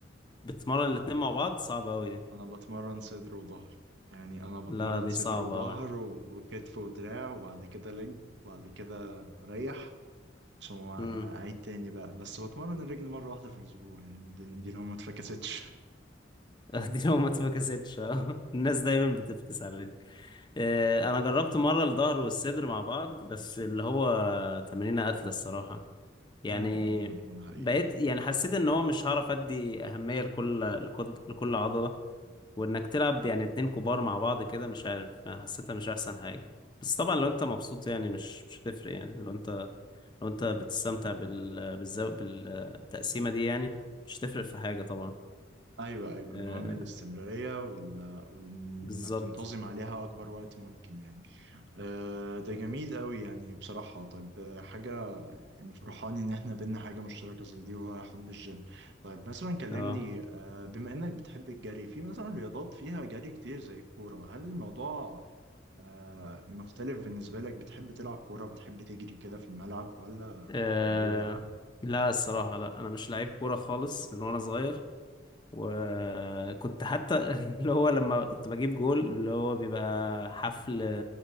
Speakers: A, on the left; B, on the right.
A: بتمرن الاتنين مع بعض صعب قوي
B: انا بتمرن صدر وظهر يعني انا بتمرن
A: لا دي
B: صدر
A: صعبة
B: وظهر
A: أوي
B: و- وكتف ودراع وبعد كده لج وبعد كده اريح ثم اعيد
A: مم.
B: تاني بقى بس بتمرن الرجل مره واحده في الاسبوع يعني دي, دي لو ما اتفكستش
A: <laughs> دي لو ما اتفكستش آه. <laughs> الناس دايما بتفكس على الرجل آه، أنا جربت مرة الظهر والصدر مع بعض بس اللي هو تمرينة قتل الصراحة يعني
B: امم أمم، حقيقي
A: بقيت يعني حسيت إن هو مش هعرف أدي أهمية لكل لكل لكل عضلة وإنك تلعب يعني اتنين كبار مع بعض كده مش عارف حسيتها مش أحسن حاجة بس طبعا لو أنت مبسوط يعني مش مش هتفرق يعني لو أنت لو أنت بتستمتع بال بالزو بالتقسيمة دي يعني مش هتفرق في حاجة طبعا
B: ايوه ايوه المهم
A: آه
B: الاستمراريه وال... وال-
A: بالظبط
B: انك تنتظم عليها اكبر وقت ممكن يعني أه ده جميل قوي يعني بصراحه طيب آه، حاجه فرحان ان احنا بينا حاجه مشتركه زي دي وهو حب الجيم طيب مثلا كلمني
A: اه
B: أه بما انك بتحب الجري في مثلا رياضات فيها جري كتير زي الكوره هل الموضوع أه مختلف بالنسبه لك بتحب تلعب كوره بتحب تجري كده في الملعب ولا
A: آه،
B: ولا لا
A: لا الصراحة لا أنا مش لعيب كورة خالص من وأنا صغير وكنت حتى <laughs> اللي هو لما كنت بجيب جول اللي هو بيبقى حفل